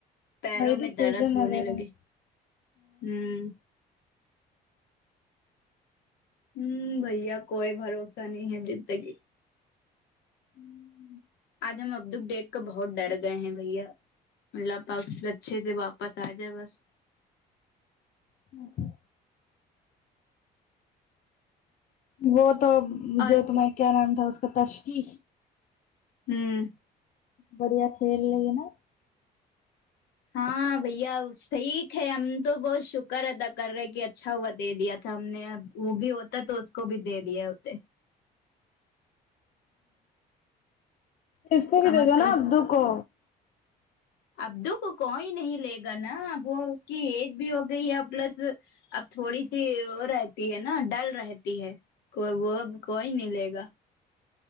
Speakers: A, on the left; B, on the left.
A: پیروں
B: وہی تو
A: میں
B: سوجن
A: درد
B: وغیرہ
A: ہونے لگے
B: ہوں
A: ہمم ہمم بھیا کوئی بھروسہ نہیں ہے زندگی کا
B: آمم
A: آج ہم ابدو کو دیکھ کو بہت ڈر گئے ہیں بھیا اللہ پاک پھر اچھے سے واپس آ جائے بس
B: <inaudible> وہ تو
A: اور
B: جو تمہیں کیا نام تھا اس کا تشکی
A: ہمم
B: بڑھیا کھیلی ہے نا
A: ہاں بھیا وہ صحیح تھے ہم تو بہت شکر ادا کر رہے کی اچھا ہوا دے دیا تھا ہم نے اب وہ بھی ہوتا تو اس کو بھی دے دیا ہوتے
B: اس کو
A: کم
B: دے
A: از
B: دو
A: کم
B: نا ابدو کو
A: ابدو کو کوئی نہیں لے گا نہ وہ اسکی ایج بھی ہو گئی ہے پلس اب تھوڑی سی وہ رہتی ہے نا ڈل رہتی ہے کوئی وہ اب کوئی نہیں لے گا